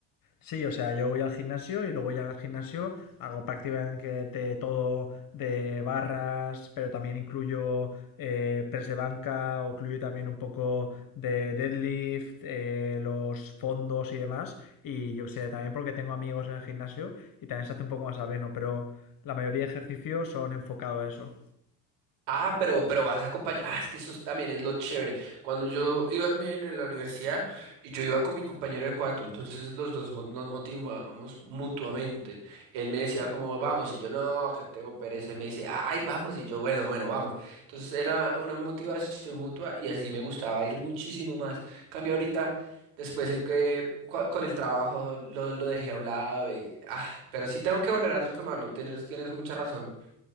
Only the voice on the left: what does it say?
Sí, o sea, yo voy al gimnasio y luego ya en el gimnasio hago prácticamente todo de barras, pero también incluyo eh, press de banca, o incluyo también un poco de deadlift, eh, los fondos y demás. Y yo qué sé, también porque tengo amigos en el gimnasio y también se hace un poco más ameno, pero la mayoría de ejercicios son enfocados a eso.